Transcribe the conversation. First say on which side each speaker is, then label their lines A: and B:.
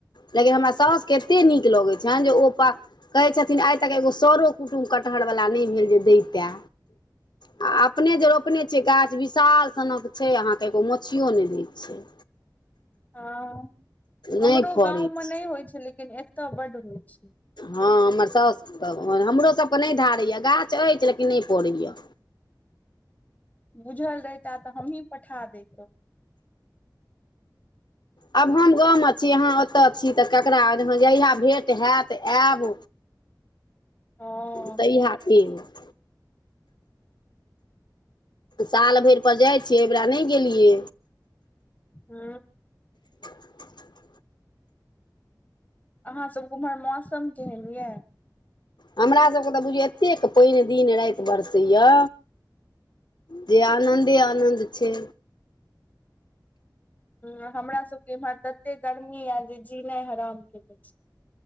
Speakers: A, on the left; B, on the left.
A: लेकिन हमरा सउसुकेँ एतेक नीक लगै छनि जे ओ पा कहै छथिन आइ तक एगो सरो कुटुम्ब कटहर वाला नहि भेल जे दैतै आ अपने जे रोपने छियै गाछ विशाल सनक छै अहाँ के एगो मोछियो नहि दै छै
B: हँ हमरो
A: नहि फड़ै
B: गाँवमे
A: छै
B: नहि होइत छै लेकिन एतय बड्ड होइ छै
A: हा हमर साउस हमरो सभ के नहि धारैए गाछ अछि लेकिन नहि पड़ैए
B: बुझल रहिता तऽ हमहीँ पठा दैतहु
A: आब हम गाँव मे छी अहाँ ओतय छी तऽ ककरा जहिया भेट हयत आयब
B: हँ
A: तभ हथी ह साल भरि पर जाइत छियै एहिबेर नहि गेलियै
B: हु
A: <inaudible>
B: अहाँ सब ओम्हर मौसम केहन यए
A: हमरा सभ के तऽ बुझियौ एतेक पाइन दिन राति बरसैए जे आनन्दे आनन्द छै
B: ह हमरा सब के इम्हर तते गर्मी य जे जीना हराम के ल छै